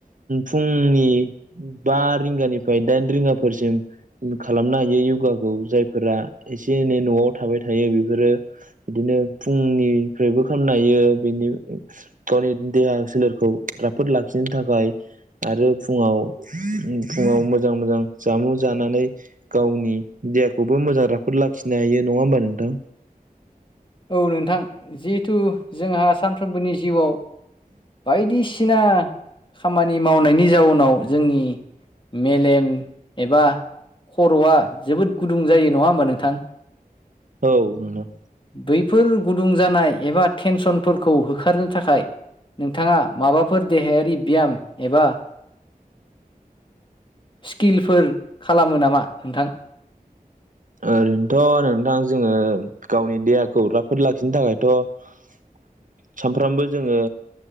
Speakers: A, on the right; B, on the left.
A: फुंनि बा रिंगानिफ्राय दाइन रिंगाफोरसिम खालामनो हायो य'गाखौ जायफोरा एसे एनै न'आव थाबाय थायो बेफोरो बिदिनो फुंनिफ्रायबो खालामनो हायो बिनि गावनि देहा सोलेरखौ राफोद लाखिनो थाखाय आरो फुङाव फुङाव मोजां मोजां जामु जानानै गावनि देहाखौबो मोजां राफोद लाखिनो हायो नङा होमबा नोंथां
B: औ नोंथां जिहेथु जोंहा सानफ्रोमबोनि जिउआव बायदिसिना खामानि मावनायनि जाउनाव जोंनि मेलेम एबा खर'आ जोबोद गुदुं जायो नङा होमबा नोंथां
A: औ नोंथां
B: बैफोर गुदुं जानाय एबा टेनसनफोरखौ होखारनो थाखाय नोंथाङा माबाफोर देहायारि ब्याम एबा स्किलफोर खालामो नामा नोंथां
A: ओरैनोथ' नोंथां जोङो गावनि देहाखौ राफोद लाखिनो थाखायथ' सानफ्रामबो जोङो